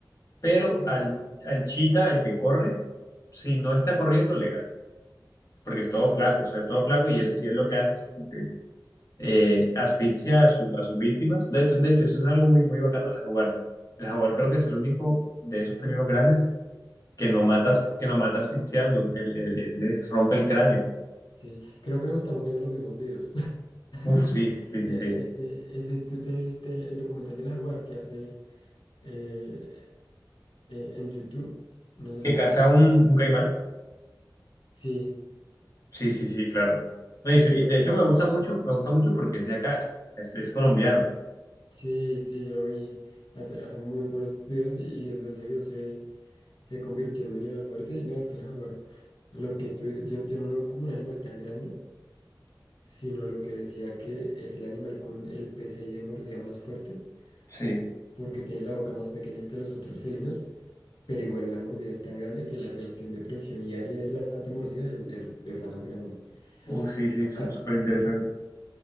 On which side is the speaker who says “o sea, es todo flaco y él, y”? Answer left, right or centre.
Left